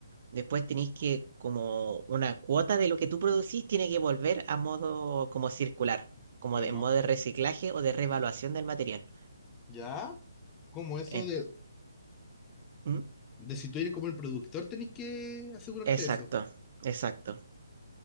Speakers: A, on the right (about 50°); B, on the left (about 20°).
A: Después tenéis que, como una cuota de lo que tú producís, tiene que volver a modo como circular, como
B: ¿Cómo?
A: de, en modo de reciclaje o de revaluación del material.
B: ¿Ya? Como eso
A: En-
B: de,
A: ¿Mm?
B: De si tú eres como el productor, tenés que asegurarte
A: Exacto,
B: de eso.
A: exacto.